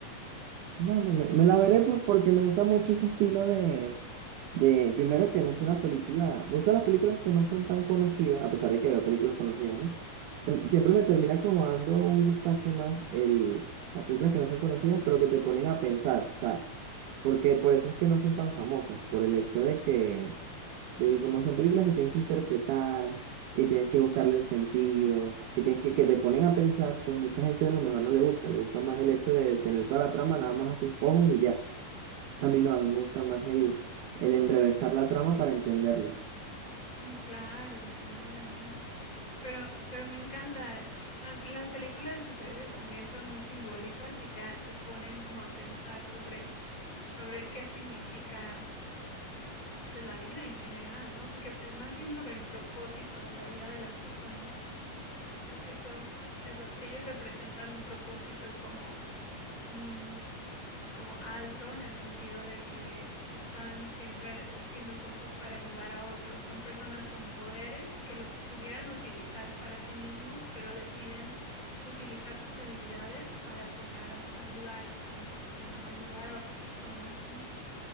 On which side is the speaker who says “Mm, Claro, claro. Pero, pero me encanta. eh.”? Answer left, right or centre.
Left